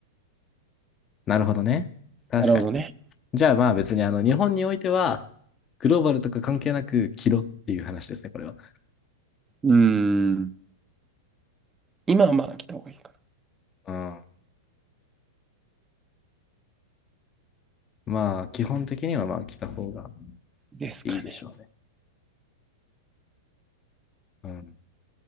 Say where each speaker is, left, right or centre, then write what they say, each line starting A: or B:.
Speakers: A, on the left; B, on the right.
A: なるほどね。確かに。
B: なるほどね。
A: じゃあまあ別にあの日本においてはグローバルとか関係なく着ろっていう話ですね、これは。
B: うんん。今はまあ来た方がいいかな。
A: うん。まあ、基本的にはまあ着た方が
B: ですかね。
A: いいでしょうね。うん。